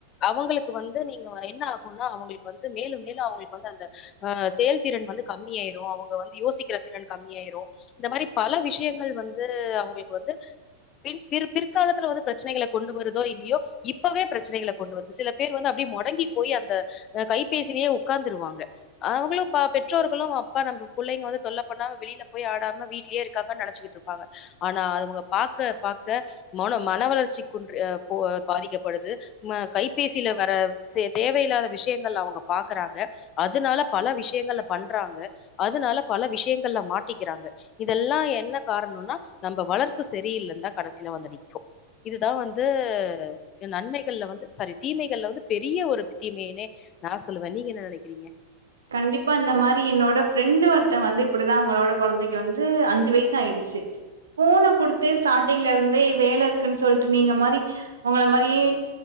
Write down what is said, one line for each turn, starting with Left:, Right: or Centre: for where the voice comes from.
Left: அவங்களுக்கு வந்து ந்து நீங்க என்ன ஆகுன்னா அவுங்களுக்கு வந்து மேலும் மேலு அவங்களுக்கு வந்து அந்த அ செயல்திறன் வந்து கம்மியாயிரு அவுங்க வந்து யோசிக்கிற திறன் கம்மியாயிரு இந்த மாரி பல விஷயங்கள் வந்து அவங்களுக்கு வந்து பின் பிற் பிறுகாலத்துல வந்து பிரச்சனேகள கொண்டு வருதோ இல்லியோ இப்ப தா பிரச்சனைகள கொண்டுவந்து சில பேர் வந்து அப்டியே மொடங்கி போய் அந்த அ கைபேசிலேயே உக்காந்துருவாங்க அவுங்களு ப பெற்றோர்களு அப்பா நம்போ புள்ளைங்க வந்து தொல்ல பண்ணாம வெளியில போய் ஆடாம வீட்லே இருக்காங்கன்னு நெனச்சக்கிட்டுருப்பாங்க ஆனா அவுங்க பாக்க பாக்க மனோ மன வளர்ச்சிக்குண்ட்ரி அ போ பாதிக்கப்படுது ம் அ கைபேசில்ல வர சே தேவையில்லாத விஷயங்கள்லா அவுங்க பாக்கறாங்க அதனால பல விஷயங்கள்ல பண்றாங்க அதனால பல விஷயங்கள்ல மாட்டிக்கிறாங்க இதெல்லா என்ன காரணோன்னா நம்ப வளர்ப்பு சரியில்லன்தா கடசில வந்து நிக்கு இதுதா வந்து <unintelligible> நன்மைகள்ல வந்து சாரி தீமைகள்ல வந்து பெரிய ஒரு தீமையனே நா சொல்லுவே நீங்க என்ன நெனைக்கிறீங்க
Right: கண்டிப்பா இந்த மாத்ரி என்னோட ஃப்ரெண்ட் வந் ஒருத்தவங்க வந்து இப்டிதா அவங்களோட கொழந்தைக்கு வந்து அஞ்சு வயசு ஆயிடுச்சு போன குடுத்தே ஸ்டார்டிங்ல இருந் வெய் வேலருக்குன் சொல் நீங்க மாரி உங்கள மாரியே